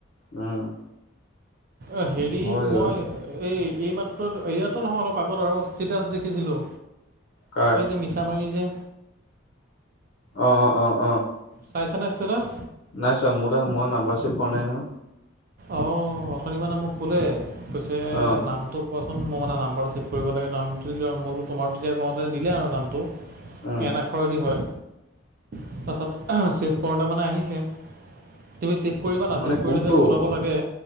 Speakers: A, on the left (about 65°); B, on the right (about 45°).
A: উম,
B: অ', হেৰি
A: হয়
B: মই
A: ঐ
B: এই এই মাত্ৰ এইমাত্ৰ নহয় অলপ আগত আৰু ষ্টিটাছ দেখিছিলোঁ,
A: কাৰ
B: এই যে মিচ আমাৰ হেৰি যে
A: অ', অ', অ', অ',
B: চাইছা নে ষ্টেটাছ?
A: নাই ছোৱা মোৰ তাত মই নাম্বাৰ ছেভ কৰা নাই নহয়।
B: অ', অথনি মানে মোক কলে কৈছে
A: অ',
B: নামটোক কোৱাচোন মই মানে নাম্বাৰটো ছেভ কৰিব লাগে নামটো দিলোঁ আৰু মো তোমাৰ তেতিয়া কওঁতে দিলে আৰু নামটো।
A: উম,
B: এন আখৰেদি হয়, তাৰপাছত চেফ কৰোতে মানে আহিছে। তুমি চিফ্ট কৰিবা না
A: মানে
B: চিফ্ট
A: কোনটো
B: কৰিলে চাগে ওলাব লাগে।